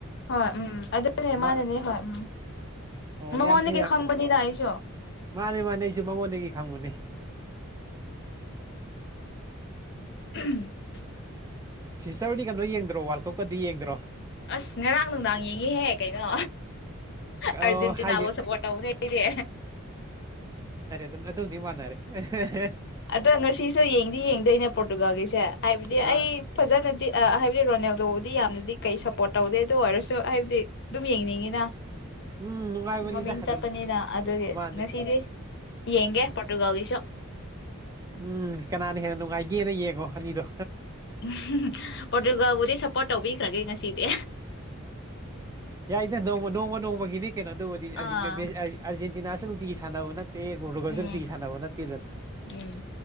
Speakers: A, on the left (about 55°); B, on the right (about 15°).
A: ꯍꯣꯏ ꯎꯝ ꯑꯗꯨꯅꯦ
B: ꯃꯥ
A: ꯃꯥꯅꯅꯦ ꯍꯣꯏ ꯎꯝ
B: ꯑꯣ
A: ꯃꯉꯣꯟꯗꯒꯤꯗꯒꯤ
B: ꯌꯥꯝ ꯐꯩ ꯌꯥꯝ
A: ꯈꯪꯕꯅꯤꯅ ꯑꯩꯁꯨ
B: ꯃꯥꯅꯦ ꯃꯥꯅꯦ ꯑꯩꯁꯨ ꯃꯉꯣꯟꯗꯒꯤ ꯈꯪꯕꯅꯦ
A: ꯎꯝ <unintelligible>
B: ꯁꯤꯁꯇꯔ ꯍꯣꯏꯗꯤ ꯀꯩꯅꯣ ꯌꯦꯡꯗ꯭ꯔꯣ ꯋꯥꯔꯜ ꯀꯞꯀꯗꯤ ꯌꯦꯡꯗ꯭ꯔꯣ
A: ꯑꯁ ꯉꯔꯥꯡ ꯅꯨꯡꯗꯥꯡ ꯌꯦꯡꯉꯤ ꯍꯦ ꯀꯩꯅꯣ ꯑꯥꯔꯖꯦꯟꯇꯤꯅꯥꯕꯨ
B: ꯑꯣ ꯍꯥꯏꯁꯦ
A: ꯁꯞꯄꯣꯔꯠ ꯇꯧꯕꯅꯦ ꯑꯩꯗꯤ
B: ꯑꯗꯨꯗꯤ ꯃꯥꯟꯅꯔꯦ ꯍꯦ ꯍꯦ
A: ꯑꯗꯣ ꯉꯁꯤꯁꯨ ꯌꯦꯡꯗꯤ ꯌꯦꯡꯗꯣꯏꯅꯦ ꯄꯣꯔꯇꯨꯒꯥꯜꯒꯤꯁꯦ ꯍꯥꯏꯕꯗꯤ
B: ꯑ
A: ꯑꯩ ꯐꯖꯅꯗꯤ ꯑꯥ ꯍꯥꯏꯕꯗꯤ ꯔꯣꯅꯦꯜꯗꯣ ꯌꯥꯝꯅꯗꯤ ꯀꯩ ꯁꯞꯄꯣꯔꯠ ꯇꯧꯗꯦ ꯑꯗꯨ ꯑꯣꯏꯔꯁꯨ ꯍꯥꯏꯕꯗꯤ ꯑꯗꯨꯝ ꯌꯦꯡꯅꯤꯡꯉꯤꯅ
B: ꯎꯝ ꯅꯨꯡꯉꯥꯏꯕꯅꯤꯗ
A: ꯃꯃꯤꯡ
B: ꯑꯗꯨꯝ
A: ꯆꯠꯄꯅꯤꯅ ꯑꯗꯨꯒꯤ
B: ꯃꯥꯅꯦ
A: ꯉꯁꯤꯗꯤ ꯌꯦꯡꯒꯦ ꯄꯣꯔꯇꯨꯒꯜꯒꯤꯁꯨ
B: ꯎꯝ ꯀꯅꯥꯅ ꯍꯦꯟꯅ ꯅꯨꯡꯉꯥꯏꯒꯦꯅ ꯌꯦꯡꯉꯣ ꯑꯅꯤꯗꯣ
A: ꯎꯝ ꯄꯣꯔꯇꯨꯒꯜꯕꯨꯗꯤ ꯁꯄꯣꯔꯠ ꯇꯧꯕꯤꯈ꯭ꯔꯒꯦ ꯉꯁꯤꯗꯤ
B: ꯌꯥꯏꯗ ꯅꯣꯡꯃ ꯅꯣꯡꯃ ꯅꯣꯡꯃꯒꯤ ꯀꯩꯅꯣ ꯑꯗꯨꯕꯨꯗꯤ
A: ꯑꯥ
B: ꯑꯔꯖꯦꯟꯇꯤꯅꯥꯁꯨ ꯇ ꯁꯥꯟꯅꯕꯕꯅ <unintelligible> ꯇꯦ ꯄꯣꯔꯇꯨꯒꯜꯁꯨ
A: ꯎꯝ
B: ꯅꯨꯡꯇꯤꯒꯤ ꯁꯥꯟꯅꯕ ꯅꯠꯇꯦꯗꯅ
A: ꯎꯝ